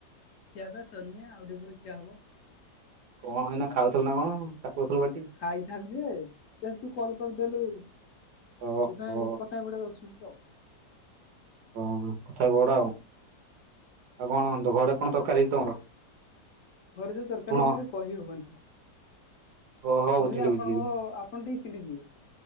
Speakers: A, on the left; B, on the right.
A: ଖିଆପିଆ ସରିନି ଆଉ ଟିକେ ପରେ ଖିଆ ହବ।
B: କଣ ଏଇନା ଖାଉଥିଲୁ ନା କଣ ଚାକୁଳଉଥିଲୁ ପାଟି।
A: ଖାଇଥାନ୍ତି ଯେ ଥେନ୍ ତୁ କଲ କରିଦଲୁ।
B: ଓହୋ
A: <unintelligible>
B: ହଁ କଥା ବଡ ଆଉ ଆଉ କଣ ହୁହନ୍ତୁ ଘରେ କଣ ତରକାର ହେଇଛି ତମର।
A: ଘରେ ଯୋଉ ତରକାରୀ
B: ତୁଣ
A: ହେଟା କହି ହବନି
B: ଓହୋ ବୁଝିଲି
A: କହିଲେ ଆପଣଙ୍କ
B: ବୁଝିଲି
A: କ ଟିକି ଚିଡ଼ିଯିବେ